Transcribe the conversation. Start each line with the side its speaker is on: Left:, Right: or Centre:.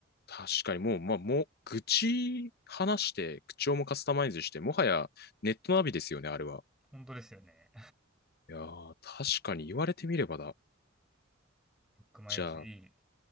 Left: 確かにもう、まあ、もう、愚痴話して、口調もカスタマイズして、もはやネットナビですよね、あれは。
Centre: 本当ですよね。
Left: いやー、確かに言われてみればだ。
Centre: ロックマイエグゼいい
Left: じゃあ、